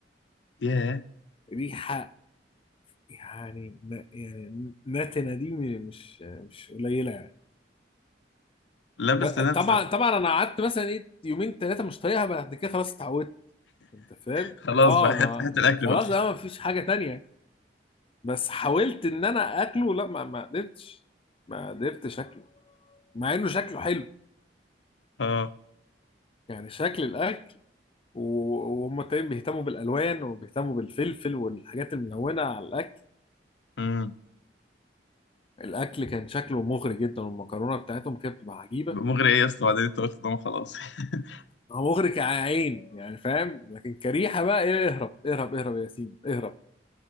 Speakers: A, on the left; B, on the left.
A: ياه
B: ريحه يعني ن- يعني نتنه دي مش مش قليله يعني
A: لا بس
B: بقى-
A: انا
B: طبعا
A: بس
B: طبعا انا قعدت مثلا ايه يومين ثلاثه مش طايقها بعد كده خلاص اتعودت انت فاهم
A: خلاص
B: اه
A: بقى هات
B: ما
A: هات الاكل
B: خلاص
A: بقى
B: اه ما فيش حاجه تانية بس حاولت ان انا اكله لا ما ما قدرتش ما قدرتش اكله مع انه شكله حلو
A: اه
B: يعني شكل الاكل و- وهم تقريبا بيهتموا بالالوان وبيهتموا بالفلفل والحاجات الملونه على الاكل
A: امم
B: الاكل كان شكله مغري جدا والمكرونه بتاعتهم كانت بتبقى عجيبه
A: مغري ايه يا اسطى بعدين انت قلت طبعا خلاص <laughs>
B: هو مغري كعين يعني فاهم لكن كريحه بقى ايه اهرب اهرب اهرب يا ياسين اهرب